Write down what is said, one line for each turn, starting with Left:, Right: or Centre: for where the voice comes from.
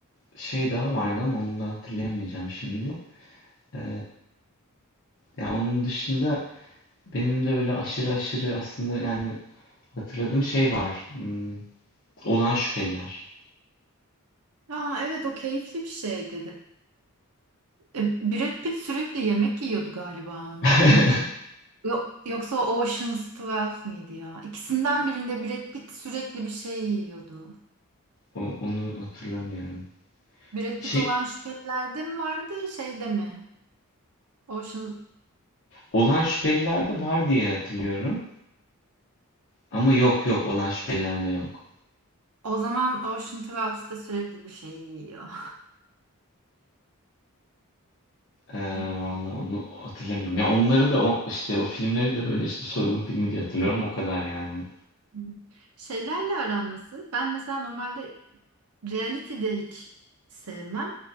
Left: şey daha vardı ama onu da hatırlayamayacağım şimdi. E, ya onun dışında benim de öyle aşırı aşırı aslında yani hatırladığım şey var. Hmm, Olan Şüpheliler.
Right: Aa, evet o keyifli bir şey dedi. E, Brad Pitt sürekli yemek yiyordu galiba onda.
Left: <laughs>
Right: O mu- Yo- yoksa o Ocean's 12 miydi ya? İkisinden birinde Brad Pitt sürekli bir şey yiyordu.
Left: O, onu hatırlamıyorum.
Right: Brad
Left: Şey,
Right: Pitt olan şüphelilerde mi vardı, şeyde mi? Ocean
Left: olan şüpheliler de var diye hatırlıyorum. Ama yok yok olan şüpheliler de yok.
Right: o zaman Ocean 12'da sürekli bir şey yiyor.
Left: Ee,
Right: <laughs>
Left: vallahi onu hatırlamıyorum. Ya onları da o, işte o filmleri de böyle işte soygun filmi diye hatırlıyorum o kadar yani.
Right: Hı. Şeylerle aran nasıl? Ben mesela normalde reality de hiç sevmem.